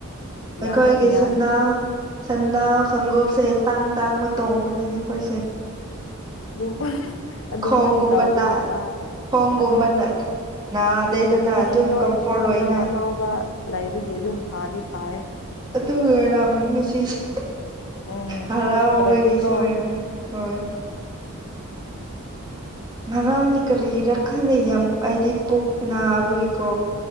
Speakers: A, on the right (about 20°); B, on the left (about 65°).
A: ꯑꯩꯀꯣꯏꯒꯦꯁ
B: ꯌꯥꯏ ꯌꯥꯏ
A: ꯅ ꯁꯟꯅꯥꯎ ꯈꯣꯡꯎꯞꯁꯦ ꯇꯥꯡ ꯇꯥꯡꯕ ꯇꯣꯡꯕꯒꯤꯅꯤ ꯑꯩꯈꯣꯏꯁꯦ
B: ꯑꯗꯨꯝ ꯑꯗꯨꯃꯥꯏ
A: ꯈꯣꯡꯒꯨꯝꯕꯅ
B: ꯇꯥꯎꯕ ꯌꯦꯡ ꯃꯥꯜꯂꯦ
A: ꯈꯣꯡꯒꯨꯝꯕꯅ
B: ꯑꯗꯣ
A: ꯅꯥꯗꯦꯗꯅ
B: ꯃꯤ
A: ꯑꯗꯨꯝ
B: ꯂꯣꯏꯅꯃꯛ
A: ꯀꯝꯐꯣꯔꯠ ꯑꯣꯏꯅ
B: ꯑꯅꯥꯎ ꯑꯅꯥꯎꯕ ꯂꯩꯕꯒꯤ ꯑꯗꯨꯝ ꯐꯥꯗꯤ ꯐꯔꯦ
A: ꯑꯗꯨꯔꯥꯝꯒꯅꯤ ꯉꯁꯤꯁꯦ
B: ꯎꯝ
A: ꯍꯔꯥꯎꯕꯒꯤꯁꯨ
B: ꯅꯠꯇ꯭ꯔꯗꯤꯀꯣ
A: ꯑꯣꯏꯔꯝ ꯍꯣꯏ ꯉꯔꯥꯡꯅꯤ ꯀꯔꯤꯔ ꯈꯪꯗꯦ ꯌꯥꯝ ꯑꯩꯗꯤ ꯄꯨꯣꯛ ꯅꯥꯕꯒꯦꯀꯣ